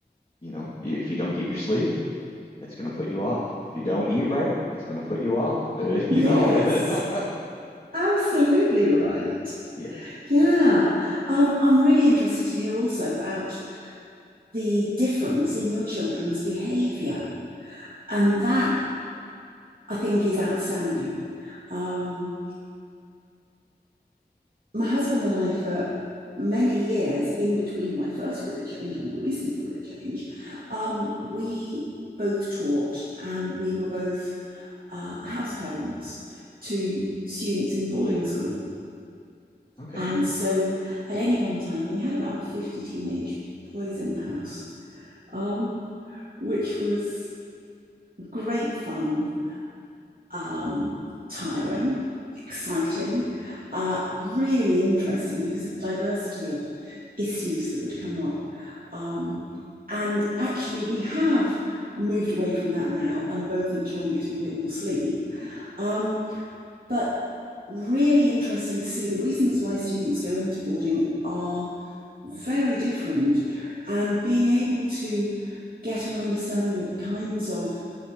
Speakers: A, on the left; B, on the right.
A: you know, y- if you don't get your sleep, it's going to put you off. If you don't eat right, it's going to put you off. <laughs> you
B: Yes.
A: know? <laughs>
B: Absolutely right.
A: Yes.
B: Yeah.
A: Yeah.
B: Um, I'm really interested to hear also about the difference in your children's behavior. And that I think is outstanding. Um, my husband and I, for many years in between my first career change and my recent career change, um, we both taught and we were both uh, house parents to students in boarding school.
A: Okay.
B: And so at any one time, we had about 50 teenage boys in the house, um, which was great fun um, tiring, exciting, uh, really interesting because of the diversity of issues that would come up. Um, and actually, we have moved away from that now and are both enjoying getting a bit more sleep. Um, but really interesting to see the reasons why students go into boarding are very different and being able to get an understanding of the kinds of